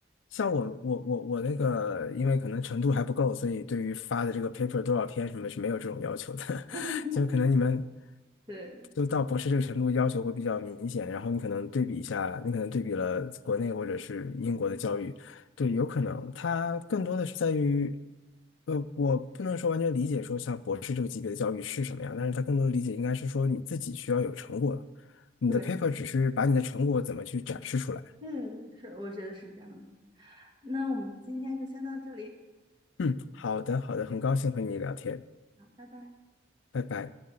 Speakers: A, on the left; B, on the right.
A: 像我我我我那个，因为可能程度还不够，所以对于发的这个 paper 多少篇什么是没有这种要求的，
B: <laughs>
A: <laughs> 就可能你们
B: 对
A: 就到博士这个程度要求会比较明显，然后你可能对比一下，你可能对比了国内或者是英国的教育，对，有可能它更多的是在于，呃，我不能说完全理解说像博士这个级别的教育是什么样，但是它更多的理解应该是说你自己需要有成果，你的
B: 对。
A: paper 只是把你的成果怎么去展示出来。
B: 对对对，是，我觉得是这样的。那我们今天就先到这里，
A: 嗯，好的，好的，很高兴和你聊天，
B: 好，拜拜。
A: 拜拜。